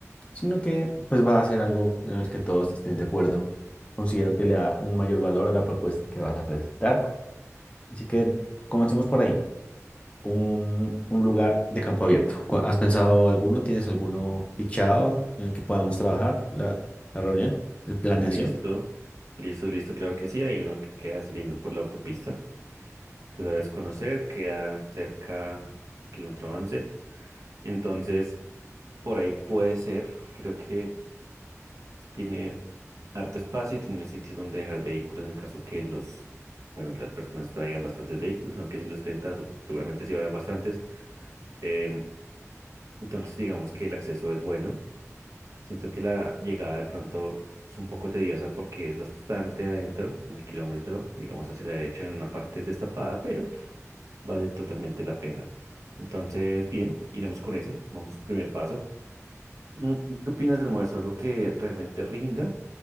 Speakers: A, on the left (about 20°); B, on the right (about 75°).
A: sino que pues va a ser algo en el que todos estén de acuerdo. Considero que le da un mayor valor a la propuesta que vas a presentar. Así que comencemos por ahí. Un, un lugar de campo abierto. ¿Cu- ¿Has pensado alguno? ¿Tienes alguno fichado en el que podamos trabajar la, la reunión, la planeación?
B: Listo, listo, listo, claro que sí, hay uno que queda saliendo por la autopista. Tú la debes conocer, queda cerca del kilómetro once Entonces, por ahí puede ser. Creo que tiene harto espacio y tiene sitios donde dejar vehículos en caso que los, bueno, las personas traigan bastantes vehículos, aunque 170 su- seguramente sí vayan bastantes. Em, entonces, digamos que el acceso es bueno. Siento que la llegada de pronto es un poco tediosa porque es bastante adentro, en el kilómetro, digamos hacia la derecha, en una parte destapada, Vale totalmente la pena. Entonces, bien, iremos con ese. Vamos al primer paso. Mm, ¿y ¿Qué opinas del almuerzo? ¿Algo que realmente rinda?